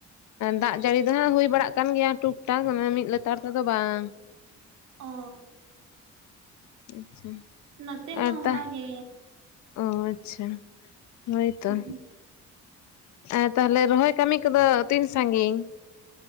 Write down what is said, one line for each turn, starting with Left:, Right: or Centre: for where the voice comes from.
Left: ᱫᱟᱜ ᱡᱟᱹᱲᱤ ᱫᱚ ᱦᱟᱸᱜ ᱦᱩᱭ ᱵᱟᱲᱟᱜ ᱠᱟᱱ ᱜᱮᱭᱟ ᱴᱩᱠ ᱴᱟᱠ ᱢᱟᱱᱮ ᱢᱤᱫ ᱞᱮᱛᱟᱲ ᱛᱮᱫᱚ ᱵᱟᱝ᱾
Right: ᱚ
Left: ᱟᱪᱪᱷᱟ
Right: ᱱᱚᱛᱮ ᱦᱚᱸ
Left: ᱟᱨ
Right: ᱚᱝᱠᱟ
Left: ᱛᱟ
Right: ᱜᱮ᱾
Left: ᱚ ᱟᱪᱪᱷᱟ ᱦᱳᱭᱛᱚ
Right: ᱦᱩᱸ
Left: ᱮ ᱛᱟᱦᱚᱞᱮ ᱨᱚᱦᱚᱭ ᱠᱟᱹᱢᱤ ᱠᱚᱫᱚ ᱛᱤᱱ ᱥᱟᱺᱜᱤᱧ?